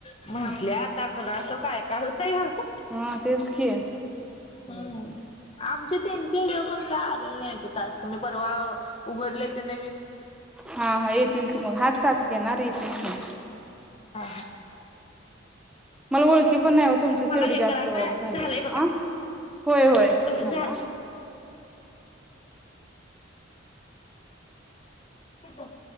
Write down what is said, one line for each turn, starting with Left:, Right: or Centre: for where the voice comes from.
Left: म्हटले आता कुणाचं काय काय होतया
Centre: हा तेच की
Left: हम आमच्या त्यांच्या इथं पण काय आलेलं नाही टास्क मी परवा उघडले ते नवीन.
Centre: हा हा येतील की मग हाच टास्क येणार येतील की
Left: <unintelligible>
Centre: मला ओळखी
Left: तेव्हा
Centre: पण नाही
Left: जरा
Centre: तुमचीच
Left: मला
Centre: तेवढी
Left: हे
Centre: जास्त
Left: करा
Centre: ओळख
Left: काय
Centre: झाल्या.
Left: झालंय
Centre: हं होय होय
Left: बघा झा
Centre: थांबा हा
Left: हा